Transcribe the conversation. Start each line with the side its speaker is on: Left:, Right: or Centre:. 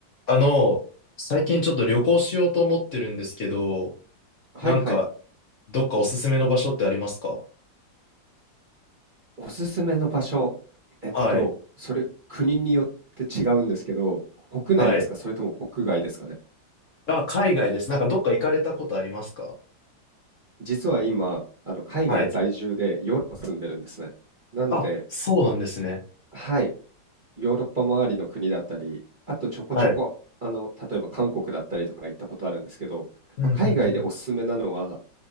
Left: あの、最近ちょっと旅行しようと思ってるんですけど、
Right: はいはい。
Left: なんか、どっかおすすめの場所ってありますか
Right: おすすめの場所、えっと、
Left: はい。
Right: それ国によって違うんですけど、国内ですか、
Left: はい。
Right: それとも国外ですかね。
Left: あ、海外です。なんかどっか行かれたことありますか
Right: 実は今、あの海外在住でヨーロッパ住んでるんですね。
Left: はい。
Right: なので、
Left: あ、そうなんですね。
Right: はい、ヨーロッパ周りの国だったり、あとちょこちょこ、
Left: はい。
Right: あの、例えば韓国だったりとか行ったことあるんですけど、
Left: うん、
Right: まあ、海外でおすすめなのは、
Left: うん、うん。